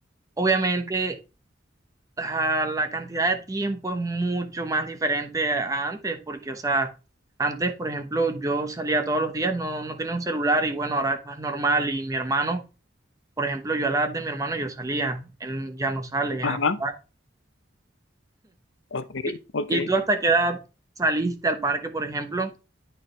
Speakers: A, on the right; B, on the left.
A: obviamente ah, la cantidad de tiempo es mucho más diferente a antes, porque, o sea, antes, por ejemplo, yo salía todos los días, no, no tenía un celular y bueno, ahora es más normal y mi hermano, por ejemplo, yo a la edad de mi hermano yo salía, él ya no sale
B: Ajá,
A: a jugar.
B: ok,
A: ¿Y,
B: ok.
A: y tú hasta qué edad saliste al parque, por ejemplo?